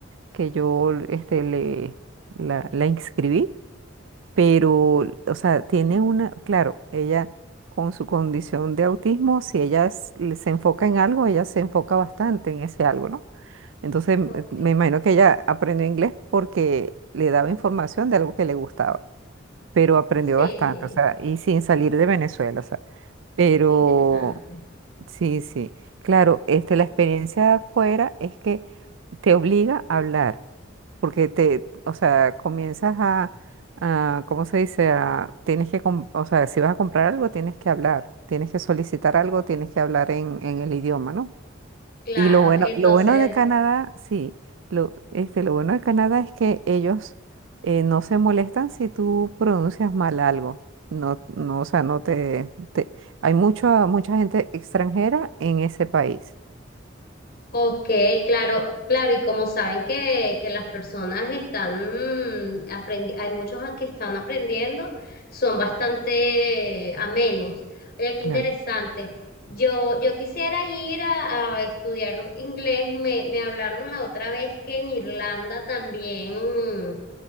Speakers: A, on the right; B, on the left.
A: que yo este, le, la, la inscribí, pero, o sea, tiene una, claro, ella con su condición de autismo, si ella s- le- se enfoca en algo, ella se enfoca bastante en ese algo, ¿no? Entonces, me
B: ok.
A: me imagino que ella aprendió inglés porque le daba información de algo que le gustaba, pero aprendió
B: Sí,
A: bastante, o sea, y sin salir de Venezuela, o sea. Pero
B: qué interesante.
A: sí, sí. Claro, este, la experiencia de afuera es que te obliga a hablar, porque te, o sea, comienzas a, a, ¿cómo se dice? A, tienes que, com- o sea, si vas a comprar algo, tienes que hablar, tienes que solicitar algo, tienes que hablar en, en el idioma, ¿no?
B: Claro,
A: Y lo bueno,
B: entonces.
A: lo bueno de Canadá, sí, lo, este, lo bueno de Canadá es que ellos eh, no se molestan si tú pronuncias mal algo. No, no, o sea, no te, te- hay mucha mucha gente extranjera en ese país.
B: Ok, claro, claro, y como saben que, que las personas están mm, aprendi- hay muchos que están aprendiendo, son bastante amenos. Oye, qué
A: Claro.
B: interesante. Yo, yo quisiera ir a, a estudiar inglés, me, me hablaron la otra vez que en Irlanda también